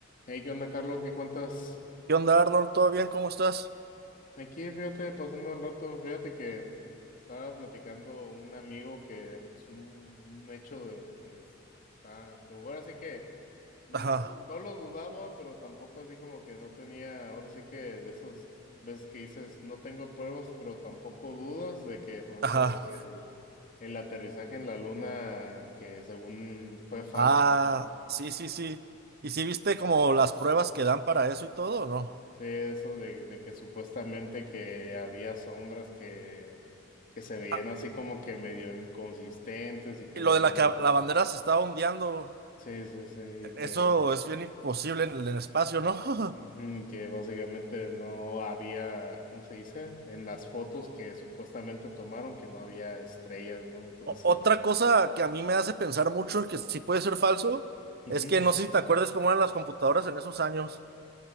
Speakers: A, on the left (about 40°); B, on the right (about 50°).
A: Hey, ¿qué onda, Carlos? ¿Qué cuentas?
B: ¿Qué onda, Arnold? ¿Todo bien? ¿Cómo estás?
A: Aquí, fíjate, pasando el rato, fíjate que estaba platicando un amigo que, pues, un, un hecho de que está, que ahora sí que no,
B: Ajá,
A: no lo dudaba, pero tampoco así como que no tenía, ahora sí que de esas veces que dices, no tengo pruebas, pero tampoco dudas de que, por ejemplo,
B: ajá.
A: de que el, el aterrizaje en la luna, que según fue falso,
B: Ah,
A: ¿no?
B: sí, sí, sí. ¿Y si viste como las pruebas que dan para eso y todo, o no?
A: Sí, eso de, de que supuestamente que había sombras que, que se veían
B: Ah,
A: así como que medio inconsistentes y que
B: y
A: las
B: lo de
A: bandas...
B: la que la bandera se estaba ondeando,
A: Sí, sí, sí, y que,
B: eso es bien imposible en el, en el espacio, ¿no? <laughs>
A: ujú, que básicamente no había, ¿cómo se dice? En las fotos que supuestamente tomaron que no había estrellas, ¿no? Entonces,
B: O- otra cosa que a mí me hace pensar mucho y que sí puede ser falso,
A: ujú.
B: es que no sé si te acuerdas cómo eran las computadoras en esos años.